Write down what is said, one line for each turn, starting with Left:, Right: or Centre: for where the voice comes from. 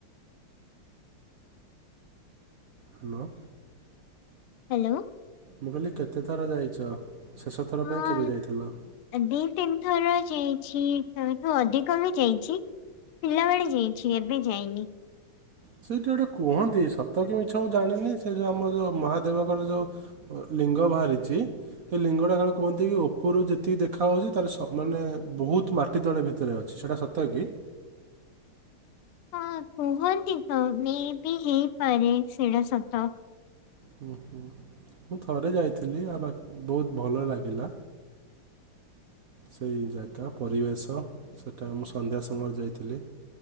Right: ହାଲୋ।
Left: ହାଲୋ।
Right: ମୁଁ କହିଲି କେତେ ଥର ଯାଇଛ, ଶେଷ ଥର
Left: ହଁ
Right: ପାଇଁ କେବେ ଯାଇଥିଲ?
Left: ଦି ତିନିଥର ଯାଇଛି ତାଠୁ ଅଧିକ ବି ଯାଇଛି। ପିଲାବେଳେ ଯାଇଛି ଏବେ ଯାଇନି।
Right: ସେଇଠି ଗୋଟେ କୁହନ୍ତି ସତ କି ମିଛ ମୁଁ ଜାଣିନି ସେ ଯୋଉ ଆମ ଯୋଉ ମହାଦେବଙ୍କର ଯୋଉ ଲିଙ୍ଗ ବାହାରିଛି ସେ ଲିଙ୍ଗଟା କାଳେ କୁହନ୍ତି କି ଉପରୁ ଯେତିକି ଦେଖାହଉଛି ତାର ମାନେ ବହୁତ ମାଟି ତଳେ ଭିତରେ ଅ ଛି ସେଟା ସତ କି?
Left: ହଁ କୁହନ୍ତି ତ ମେ ବି ହେଇପାରେ ସେଡା ସତ।
Right: ହୁଁ ହୁଁ ମୁଁ ଥରେ ଯାଇଥିଲି ଆଉ ବାକ ବହୁତ ଭଲ ଲାଗିଲା। ସେଇ ଜାଗା ପରିବେଶ ସେଇଟା ମୁଁ ସନ୍ଧ୍ୟା ସମୟରେ ଯାଇଥିଲି।